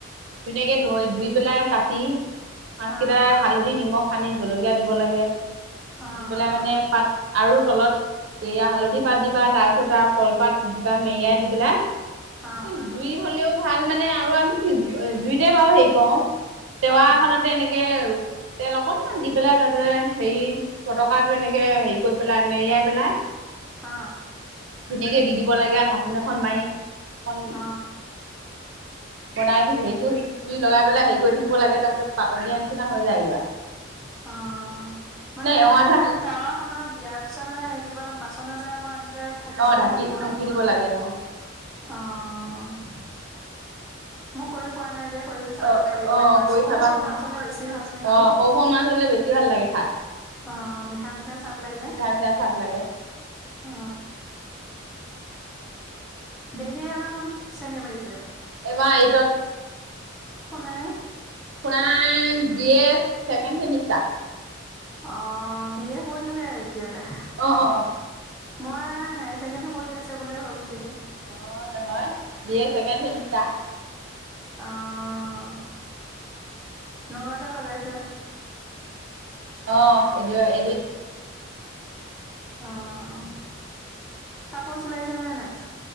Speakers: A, on the right; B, in the centre.
A: ধুনীয়াকে ধই, ধুই, পেলাই কাটি, মাছ
B: অ
A: কেইটা হালধি নিমখ সানি, জলকীয়া দিব লাগে,
B: অ
A: দি পেলাই মানে পাত আৰু তলত এইয়া হালধি পাত দিবা, তাৰপিছত আৰু কলপাত দিবা মেৰিয়াই দি পেলাই
B: অ,
A: জুই হ'লেও ভাল মানে আৰু আমি জুইতে, বাৰু হেৰি কওঁ। টেৱাখনতে
B: অ অ
A: এনেকে তেল অকনমান দি পেলাই, তাতে হেৰি ফটকা টো এনেকে হেৰি কৰি পেলাই, মেৰিয়াই পেলাই।
B: অ,
A: ধুনীয়াকে দি দিব লাগে আৰু ঢাকোন এখন মাৰি, এখন
B: অ
A: বনাই থ, হেৰি কৰি জুই লগাই পেলাই হেৰি কৰি থাকিব লাগে, তাৰপিছত পাতত দিয়া নিচিনা হৈ যায় গৈ।
B: অ, মানে
A: এৱাঠা
B: হেৰি, তাৱা খনত, দিয়াৰ পিছত মানে কিবা বাচন এটা, আমাৰ এনেকে ধাকি
A: অ
B: দিব
A: ঢাকি
B: লাগিব আৰু।
A: ঢাকি দিব লাগে। অ,
B: অ, মই কৰি পোৱা নাই যে, কৰি চাব
A: অ
B: লাগিব,
A: অ
B: মাছ
A: কৰি
B: সৰু
A: চাবাচোন
B: সৰু মাছ হ'লে বেছি ভাল নেকি?
A: অ সৰু সৰু মাছ হ'লে, বেছি ভাল লাগে খাই।
B: অ, মিঠা, মিঠা, চাট লাগে।
A: হ'লে বেছি ভাল লাগে খাই মিঠা মিঠা চাদ লাগে
B: অ, দেহীয়ে এবাৰ কোন, শ্ৰেণী পাইছে।
A: এইবাৰ এইটত।
B: সুনাই
A: সুনাই জিয়েক, ছেকেণ্ড চেমিষ্টাৰ।
B: অ, বিয়ে পঢ়িলে, এতিয়ালে
A: অ অ অ
B: মই হায়াৰ ছেকেণ্ডেৰী পঢ়ি আছে বুলিয়ে ভাবিছিলোঁ।
A: অ', নহয় বি এ ছেকেণ্ড চেমিষ্টাৰ।
B: অ', নগাঁৱতে লগাইছে।
A: অ', <unintelligible> এদিত।
B: অ', কাপোৰ চিলাইছে নে নাই?